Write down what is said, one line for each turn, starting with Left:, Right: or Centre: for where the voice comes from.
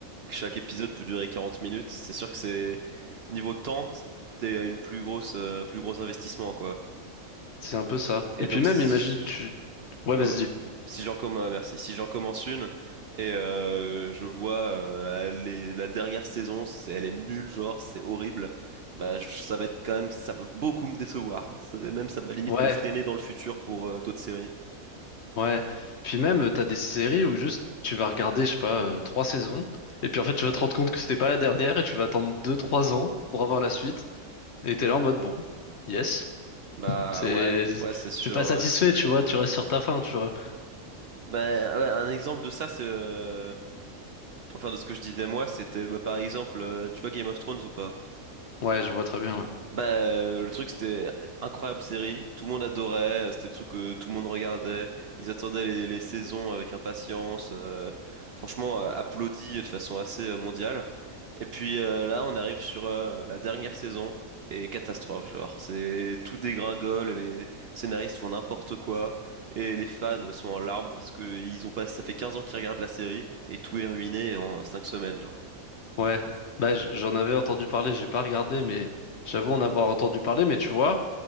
Right: Chaque épisode peut durer 40 minutes. C'est sûr que c'est niveau temps, c'était une plus grosse, euh, plus gros investissement quoi.
Left: C'est un peu ça.
Right: Et
Left: Et
Right: donc
Left: puis même,
Right: si
Left: imagine, tu... Ouais,
Right: ouais.
Left: vas-y, dis.
Right: Si j'en commence, merci. Si j'en commence une et euh, je vois euh, elle est- la dernière saison, c'est- elle est nulle, genre c'est horrible. Bah je- ça va être quand même, ça va beaucoup me décevoir. C'est- Même ça va limite
Left: Ouais,
Right: me freiner dans le futur pour euh, d'autres séries.
Left: ouais. Puis même, euh, t'as des séries où juste, tu vas regarder, je sais pas, euh, trois saisons, et puis en fait, tu vas te rendre compte que c'était pas la dernière, et tu vas attendre deux, trois ans pour avoir la suite, et t'es là en mode, bon, yes.
Right: Bah
Left: C'est,
Right: ouais, ouais c'est sûr.
Left: c'est pas satisfait,
Right: ouais.
Left: tu vois, tu restes sur ta faim, tu vois.
Right: Bah ouais, un exemple de ça c'est euh, Enfin, de ce que je disais moi, c'était bah, par exemple, euh, tu vois Game of Thrones ou pas?
Left: Ouais, je vois très bien, ouais.
Right: Bah, euh, le truc, c'était incroyable série, tout le monde adorait, euh, c'était le truc que tout le monde regardait, ils attendaient les, les saisons avec impatience, euh, franchement, euh, applaudi de façon assez euh, mondiale. Et puis euh, là, on arrive sur euh, la dernière saison, et catastrophe, genre, c'est tout dégringole, les scénaristes font n'importe quoi, et les fans sont en larmes parce que ils ont pas, ça fait 15 ans qu'ils regardent la série, et tout est ruiné en 5 semaines, genre.
Left: Ouais, bah j- j'en avais entendu parler, j'ai pas regardé, mais j'avoue en avoir entendu parler, mais tu vois,